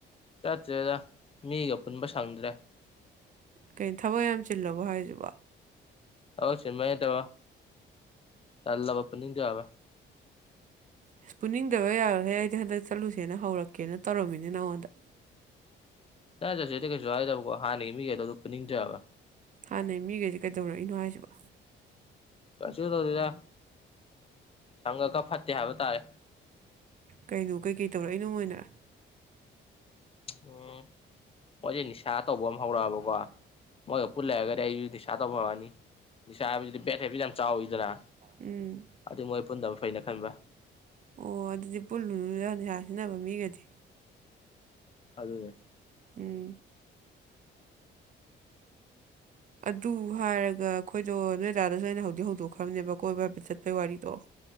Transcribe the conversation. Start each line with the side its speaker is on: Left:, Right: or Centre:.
Left: ꯆꯠꯇ꯭ꯔꯦꯗ ꯃꯤꯒ ꯄꯨꯟꯕ ꯁꯪꯗ꯭ꯔꯦ
Right: ꯀꯩꯅ ꯊꯕꯛ ꯌꯥꯝ ꯆꯤꯜꯂꯕꯣ ꯍꯥꯏꯖꯤꯕꯣ
Left: ꯊꯕꯛ ꯆꯤꯟꯕꯩ ꯅꯠꯇꯕ ꯇꯜꯂꯕ ꯄꯨꯅꯤꯡꯗꯦ ꯑꯕ
Right: ꯑꯁ ꯄꯨꯟꯅꯤꯡꯗꯕ ꯌꯥꯔꯣꯏꯍꯦ ꯑꯩꯗꯤ ꯍꯟꯗꯛ ꯆꯠꯂꯨꯁꯦꯅ ꯍꯧꯔꯛꯀꯦꯅ ꯇꯧꯔꯝꯃꯤꯅꯤ ꯅꯪꯉꯣꯟꯗ
Left: ꯅꯪꯅ ꯆꯠꯁꯦꯗꯤ ꯀꯩꯁꯨ ꯍꯥꯏꯗꯕꯀꯣ ꯍꯥꯟꯅꯒꯤ ꯃꯤ ꯒꯩꯗꯣ ꯑꯗꯨ ꯄꯨꯟꯅꯤꯡꯗ꯭ꯔꯑꯕ
Right: ꯍꯥꯟꯅꯩ ꯃꯤꯈꯩꯖꯦ ꯀꯩꯗꯧꯔꯛꯏꯅꯣ ꯍꯥꯏꯖꯤꯕꯣ
Left: ꯀꯩꯁꯨ ꯇꯧꯗꯦꯗ ꯁꯪꯒ ꯈꯥ ꯐꯠꯇꯦ ꯍꯥꯏꯕ ꯇꯥꯔꯦ
Right: ꯀꯩꯅꯣ ꯀꯩꯀꯩ ꯇꯧꯔꯛꯏꯅꯣ ꯃꯣꯏꯅ
Left: ꯎꯝ ꯃꯣꯏꯗꯤ ꯅꯤꯁꯥ
Right: <unintelligible> ꯑꯥ <unintelligible>
Left: ꯇꯧꯕ ꯑꯃ ꯍꯧꯔꯛꯑꯕꯀꯣ ꯃꯣꯏꯒ ꯄꯨꯜ ꯂꯩꯔꯒꯗꯤ ꯑꯩꯁꯨ ꯅꯤꯁꯥ ꯇꯧꯕ ꯍꯧꯔꯛꯑꯅꯤ ꯅꯤꯁꯥ ꯍꯥꯏꯕꯁꯤꯗꯤ ꯕꯦꯠ ꯍꯦꯕꯤꯠ ꯌꯥꯝ ꯆꯥꯎꯋꯤꯗꯅ
Right: ꯎꯝ <unintelligible> ꯎꯝ
Left: ꯑꯗꯨꯏ ꯃꯣꯏ ꯄꯨꯟꯗꯕ ꯐꯩꯅ ꯈꯟꯕ
Right: ꯑꯣ ꯑꯗꯨꯗꯤ ꯄꯨꯜꯂꯨꯅꯨꯗ ꯅꯤꯁꯥ ꯁꯤꯅꯕ ꯃꯤꯒꯗꯤ
Left: ꯑꯗꯨꯅꯦ
Right: ꯎꯝ ꯑꯗꯨ ꯍꯥꯏꯔꯒ ꯑꯩꯈꯣꯏꯗꯣ ꯅꯣꯏꯗꯥꯗꯁꯨ ꯑꯩꯅ ꯍꯧꯗꯤꯛ ꯍꯧꯗꯣꯛꯈ꯭ꯔꯕꯅꯦꯕ ꯀꯣꯏꯕ ꯍꯥꯏꯐꯠ ꯆꯠꯄꯒꯤ ꯋꯥꯔꯤꯗꯣ